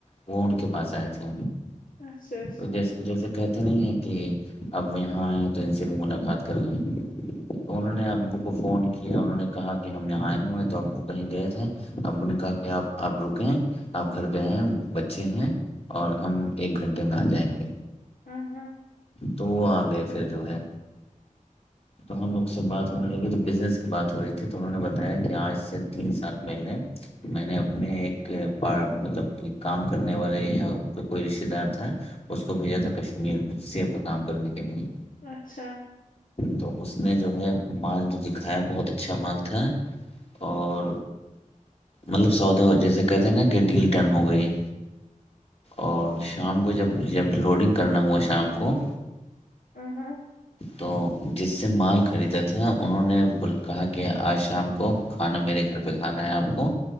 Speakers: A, on the left (about 45°); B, on the left (about 85°).
A: وہ ان کے پاس آئے تھے
B: اچھا اچھا
A: تو جیسے جیسے کہتے نہیں ہیں کہ اب یہاں آئے تو ان سے بھی ملاقات کر لیں تو انہوں نے ابو کو فون کیا انہوں نے کہا کہ ہم یہاں آئے ہوئے ہیں تو ابو کہیں گئے تھے ابو نے کہا کہ آپ آپ رکیں آپ گھر پہ آئیں بچے ہیں اور ہم ایک گھنٹے میں آ جائیں گے
B: ہوں ہوں
A: تو وہ آ گئے پھر جو ہے تو ہم لوگ سے بات ہونے لگی تو بزنس کی بات ہو رہی تھی تو انہوں نے بتایا کہ آج سے تین سال پہلے میں نے اپنے ایک مطلب کام کرنے والے یا ان کا کوئی رشتتے دار تھا اس کو بھیجا تھا کشمیر سب کا کام کرنے کے لیے
B: اچھا
A: تو اس نے جو ہے مال جو دکھایا بہت اچھا مال تھا اور مطلب سودا وہ جیسے کہتے ہیں نا کہ ڈیل ڈن ہو گئی اور شام کو جب جب لوڈنگ کرنا ہوا شام کو
B: ہوں ہوں
A: تو جس سے مال خریدا تھا انہوں نے کہا کہ آج شام کو کھانا میرے گھر پہ کھانا ہے آپ کو